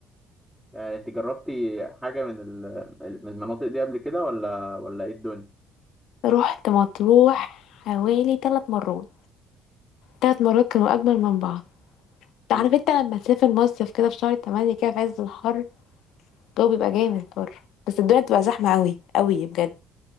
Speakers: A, in the centre; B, on the left (about 75°).
A: يعني انت جربتي حاجة من ال- من المناطق دي قبل كده ولا ولا ايه الدنيا؟
B: رحت مطروح حوالي ثلاث مرات ثلاث مرات كانوا اجمل من بعض
A: مم.
B: عارف انت لما تسافر مصيف كده في شهر تمانية كده في عز الحر الجو بيبقى جامد بره بس الدنيا بتبقى زحمة قوي قوي بجد